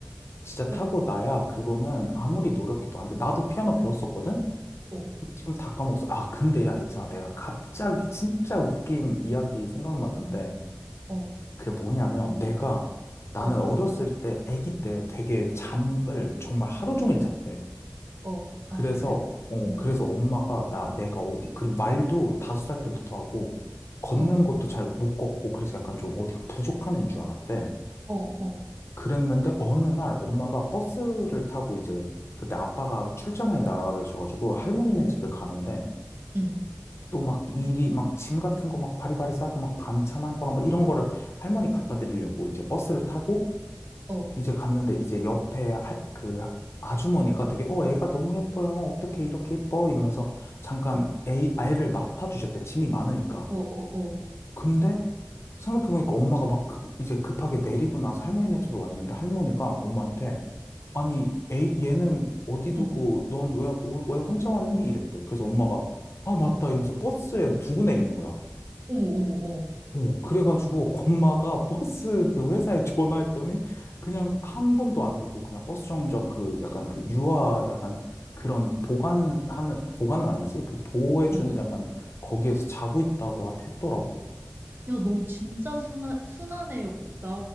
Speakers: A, on the left (about 70°); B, on the right (about 50°).
A: 진짜
B: 어,
A: 타고 나야 그거는 아무리 노력해도 안 돼. 나도 피아노 배웠었거든?
B: 어,
A: 지금 다 까먹었어. 아, 근데 야, 있잖아. 내가 갑자기 진짜 웃긴 이야기 생각났는데.
B: 어.
A: 그게 뭐냐면 내가 나는
B: 어.
A: 어렸을 때 아기 때 되게 잠을 정말 하루 종일 잤대.
B: 어,
A: 그래서
B: 아, 그래?
A: 어
B: 어,
A: 그래서 엄마가 나 내가 어디 그리고 말도 다섯 살 때부터 하고 걷는
B: 어,
A: 것도 잘 못 걷고 그래서 약간 좀 어디가 부족한 애인 줄 알았대.
B: 어, 어,
A: 그랬는데 어느 날 엄마가 버스를 타고 이제 그때 아빠가 출장에 나가 계셔가지고 할머니네 집을 가는데
B: 응,
A: 또 막 일이 막 짐 같은 거 막 바리바리 싸고 막 반찬 한 거랑 막 이런 거를 할머니 갖다 드리려고 이제 버스를 타고
B: 어,
A: 이제 갔는데 이제 옆에 할, 그 아주머니가 되게 어 애가 너무 예뻐요. 어떻게 이렇게 예뻐? 이러면서 잠깐
B: 응,
A: 애 아이를 맡아주셨대. 짐이 많으니까.
B: 어, 어, 어,
A: 근데 생각해보니까 엄마가 막 그- 이제 급하게 내리고 나서 할머니네 집에 왔는데 할머니가 엄마한테 아니 애 얘는 어디 두고
B: 어머,
A: 넌 왜 왜 혼자 왔니? 이랬대. 그래서 엄마가 아 맞다 이러면서 버스에 두고 내린 거야.
B: 어머, 어머, 어머,
A: 어, 그래가지고 엄마가 <laughs> 버스
B: 어,
A: 그 회사에 전화했더니 그냥
B: 어,
A: 한 번도 안 울고 그냥 버스 정류장 그 약간 그 유아 약간 그런 보관하는, 보관은 아니지? 그 보호해주는
B: 어. 어.
A: 약간 거기에서 자고 있다고 하- 했더라고.
B: 야, 너 진짜 순한, 순한 애였다.